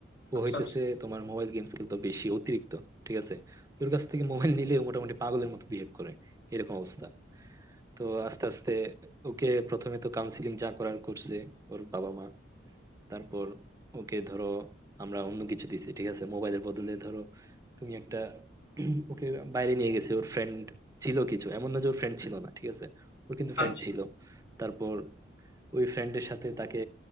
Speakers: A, on the right (about 15°); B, on the left (about 70°).
A: ও
B: আচ্ছা
A: হইতেছে
B: আচ্ছা
A: তোমার মোবাইল গেমস খেলতো বেশি অতিরিক্ত ঠিক আছে তোর কাছ থেকে মোবাইল নিলে ও মোটামুটি পাগলের মতো বিহেভ করে এরকম অবস্থা তো আস্তে আস্তে ওকে প্রথমে তো কাউন্সিলিং যা করার করছে ওর বাবা মা তারপর ওকে ধরো আমরা অন্য কিছু দিছি ঠিক আছে মোবাইলের বদলে ধরো তুমি একটা <clears throat> ওকে বাইরে নিয়ে গেছে ওর ফ্রেন্ড ছিল কিছু এমন না যে ওর ফ্রেন্ড ছিল না ঠিক আছে ওর কিন্তু ফ্রেন্ড
B: আচ্ছা
A: ছিল তারপর ওই ফ্রেন্ডের সাথে তাকে